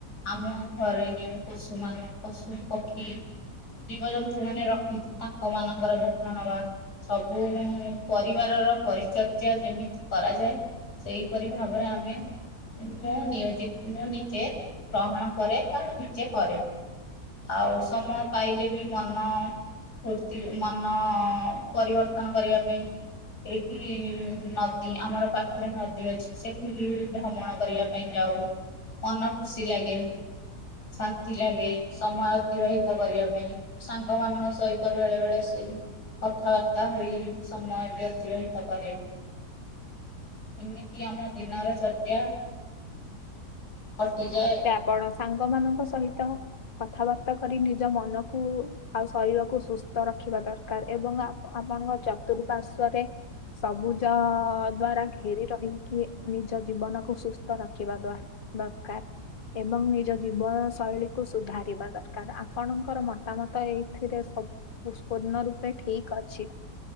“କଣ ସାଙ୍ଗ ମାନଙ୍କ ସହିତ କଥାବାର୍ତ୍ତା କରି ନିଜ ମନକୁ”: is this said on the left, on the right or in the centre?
Left